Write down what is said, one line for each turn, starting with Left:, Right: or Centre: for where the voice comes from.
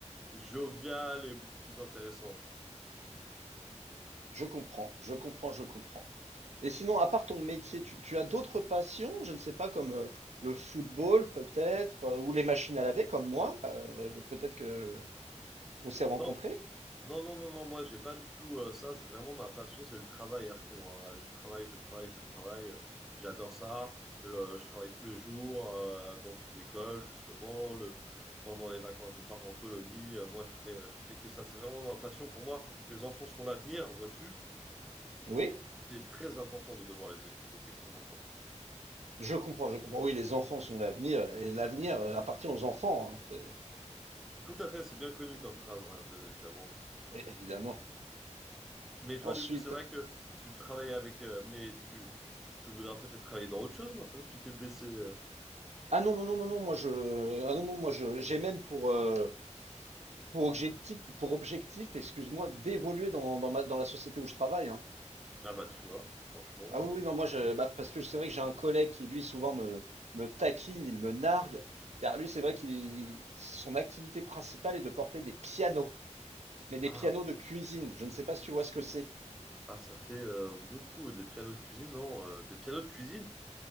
Centre: jovial et beaucoup plus intéressant.
Right: Je comprends, je comprends, je comprends. Et sinon, à part ton métier, tu, tu as d'autres passions, je ne sais pas, comme euh, le football peut-être, euh, ou les machines à laver, comme moi, euh, peut-être que qu'on s'est rencontrés.
Centre: Non, non, non, non, non, moi, j'ai pas du tout euh, ça. C'est vraiment ma passion, c'est le travail à fond. hein. Je travaille, je travaille, je travaille. euh, J'adore ça. Euh, je travaille tous les jours euh, dans une école, justement. Le... Pendant les vacances, je pars en colonie. Euh, moi, je fais, je fais que ça. C'est vraiment ma passion. Pour moi, les enfants sont l'avenir, vois-tu.
Right: Oui,
Centre: C'est très important de devoir les écouter, extrêmement important.
Right: je comprends, je comprends. Oui, les enfants sont l'avenir, et l'avenir euh, appartient aux enfants, hein, c'est-
Centre: Tout à fait, c'est bien connu comme phrase, hein, bien évidemment.
Right: é- évidemment.
Centre: Mais toi,
Right: Ensuite,
Centre: du coup, c'est vrai que tu travailles avec, euh, mais tu, tu, tu, tu voudras peut-être travailler dans autre chose maintenant que tu t'es blessé. euh.
Right: Ah non, non, non, non, non, moi je, ah non, non, moi je, j'ai même pour, euh, pour objectif, pour objectif, excuse-moi, d'évoluer dans, dans ma, dans la société où je travaille, hein.
Centre: Ah bah, tu vois, franchement.
Right: Ah oui, oui, non,
Centre: euh,
Right: moi je, bah, parce que c'est vrai que j'ai un collègue qui lui souvent me, me taquine, il me nargue. Car lui, c'est vrai qu'il, son activité principale est de porter des pianos, mais des
Centre: Ah,
Right: pianos de cuisine. Je ne sais pas si tu vois ce que c'est.
Centre: ah, ça fait euh, beaucoup euh, des pianos de cuisine, non? euh, des pianos de cuisine?